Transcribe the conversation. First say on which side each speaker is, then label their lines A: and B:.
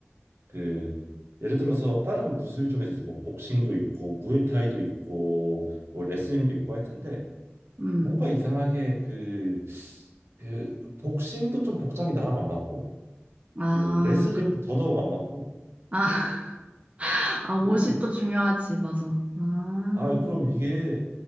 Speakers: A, on the right (about 70°); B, on the right (about 30°).
A: 그 예를 들어서 다른 무술 중에서 이제 뭐 복싱도 있고 무에타이도 있고 뭐 레슬링도 있고 할 텐데
B: 음.
A: 뭔가 이상하게 그, 그 복싱도 좀 복장이 나랑 안 맞고
B: 아,
A: 그 레슬링은
B: 그,
A: 더더욱 안 맞고
B: 아, <laughs> 아, 옷이
A: 뭐 좀
B: 또 중요하지, 맞아. 아,
A: 아 그럼 이게